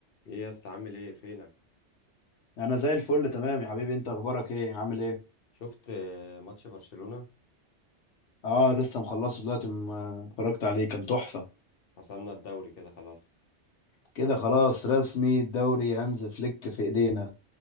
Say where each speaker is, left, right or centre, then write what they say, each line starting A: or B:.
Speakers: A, on the left (about 55°); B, on the left (about 75°).
A: ايه يا اسطى عامل ايه فينك
B: انا زي الفل تمام يا حبيبي انت اخبارك ايه عامل ايه
A: شفت آه، ماتش برشلونة
B: اه لسه مخلصه دلوقتي م- اتفرجت عليه كان تحفة
A: حسمنا الدوري كده خلاص
B: كده خلاص رسمي الدوري هانز فليك في ايدينا